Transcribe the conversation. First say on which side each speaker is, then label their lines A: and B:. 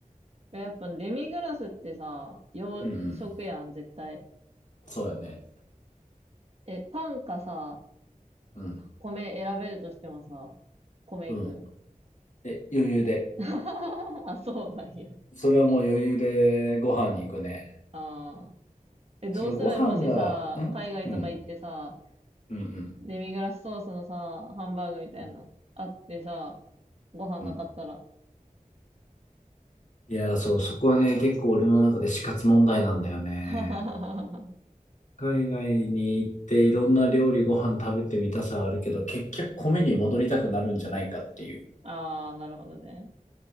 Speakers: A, on the right; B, on the left.
A: えやっぱデミグラスってさ、洋食やん、
B: うんうん。
A: 絶対。
B: そうやね。
A: え、パンかさ、
B: うん。
A: 米選べるとしてもさ、米いく
B: うん。え、余裕で。
A: <laughs> あ、そうなんや。
B: それはもう余裕でご飯に行くね。
A: ああ。え、どうするもしさ、
B: そのご飯が、んうん。
A: 海外とか行ってさ、
B: うんうん。
A: デミグラスソースのさ、ハンバーグみたいなのあってさ、
B: うん。
A: ご飯なかったら。
B: うんいやー、そう、そこはね、結構俺の中で死活問題なんだよね。
A: <laughs> あ
B: 海外に行っていろんな料理ご飯食べてみたさはあるけど、結局米に戻りたくなるんじゃないかっていう。
A: あ、なるほどね。